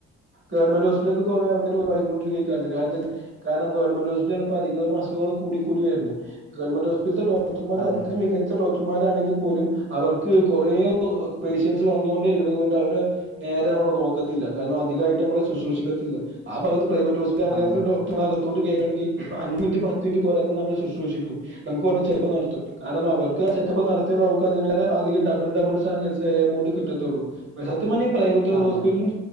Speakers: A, on the right; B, on the left.
A: ഗവൺമെന്റ് ഹോ കുറെ ആൾക്കരിക്കഈാലത്ത്ാര <unintelligible> കാരണം ഗവൺമന്റ് ഹോസ്പിറ്റലിൽ ചെന്നപ്പോ അധികം അസുങ്ങൾ കൂടി കൂടി വരുന്നു ഗവൺമെന്റ് ഹോസ്പിറ്റല ഡോക്ടർമാർ
B: അതെ
A: അത്ര മികച്ച ഡോക്ടർമാരാണെങ്കി പോലും അവർക്ക് കൊറേ പേഷ്യൻസ് വന്നൊണ്ടേ ഇരിക്കുന്നത്ണ്ട് അവര് നേരെ നമ്മെ നോക്കത്തില്ല കാ രണം അധികമായിട്ട് നമ്മള് ശുശ്രഷിക്കത്തില്ല ആ ഭാഗത്തു പ്രൈവറ്റ് ഹോസ്പിറ്റലാണെങ്കിൽ
B: അതെ
A: ഡോക്ടർ ഭാഗത്തു കയയാെങ്കിൽ അഞ് മിനി പത്ത് മിനിറ്റ് നമ്മൾ ശുശ്രൂഷിക്ക നുക്ക് വ ചെറപ്പ നടത്തും കാരണം അവർക്ക് ചെക്കപ്പ് നടത്തിയുള്ളൂ നമുക്ക് അ അധിക ഡബിൾ ഡബിൾ എമൗണ്ട് കിട്ടത്തുള്ളൂ സത്യം പറഞ്ഞ പ്രൈവറ്റ്
B: അതെ
A: ഹോസ്പിറ്റൽ
B: അതെ